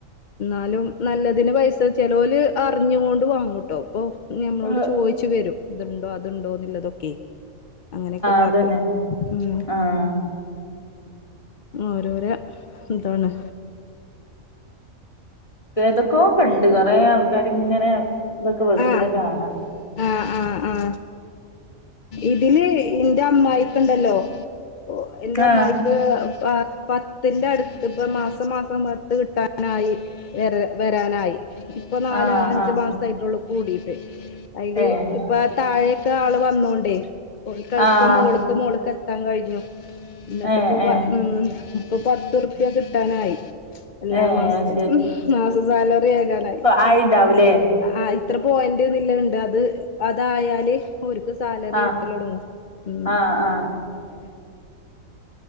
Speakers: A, on the left (about 50°); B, on the left (about 25°).
A: ന്നാലും നല്ലതിന്പൈസ ചെലോല് അറ്ഞ്ഞുകൊണ്ട് വാങ്ങുട്ടോ പ്പൊ ഞമ്മളോട്ചോയി
B: ആഹ്
A: ച്ച് വരും ഇത്ണ്ടോ അത്ണ്ടോന്ന്ല്ലതൊക്കെ അങ്ങനെക്കെ കാട്ടും
B: അതന്നെ
A: ഉം
B: ആഹ്
A: ഓരോര ഇതാണ്
B: ഏതൊക്കോകണ്ട് കൊറെ ആൾക്കാര്ങ്ങനെ ഇതൊക്കെ വെക്ക്ണത്
A: ആഹ്
B: കാണാ
A: ആഹ് ആഹ് ആഹ് ഇതില് ഇന്റെ അമ്മായിക്ക്ണ്ടല്ലോ ഓഹ് എന്റെ അമ്മായി
B: ആഹ്
A: ക്ക് പ പത്തിന്റെ അട്ത്ത് ഇപ്പ മാസം മാസം പത്ത്കിട്ടാനായി വെരല് വെരാനായി ഇപ്പൊ നാല്
B: ആഹ്
A: അഞ്ച്
B: ആഹ്
A: മാസായിട്ടൊള്ളു കൂടിയിട്ട് ഐല്
B: ഏഹ്
A: ഇപ്പാ താഴെ ത്താള് വന്നോണ്ടേയ് ഓൽക്കത്പ്പം
B: ആഹ്
A: മോള്ക്ക് മോള്ക്ക് എത്താൻ കഴിഞ്ഞു ഇന്നട്ട്പ്പൊ
B: ഏഹ്
A: പ
B: ഏഹ്
A: ഉം ഇപ്പൊപത്തുർപ്യ കിട്ടാനായി എല്ലാമാസോം
B: ഏഹ് അത്
A: ഉം മാസസാലറി വരാനായി
B: ആയിണ്ടാവുലേ
A: ആഹ് ഇത്ര പോയിന്റ്ന്ന്ല്ലത്ണ്ട് അത് അതായാല് ഓര്ക്ക് സാലറി
B: ആഹ്
A: കിട്ടല് തൊടങ്ങും ഉം
B: ആഹ് ആഹ്
A: അങ്ങനെ